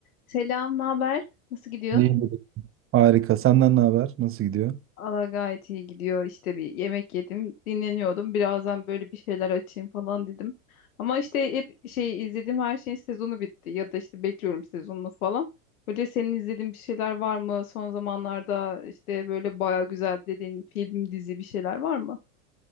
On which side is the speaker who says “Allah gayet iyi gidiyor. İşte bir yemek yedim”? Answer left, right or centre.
Left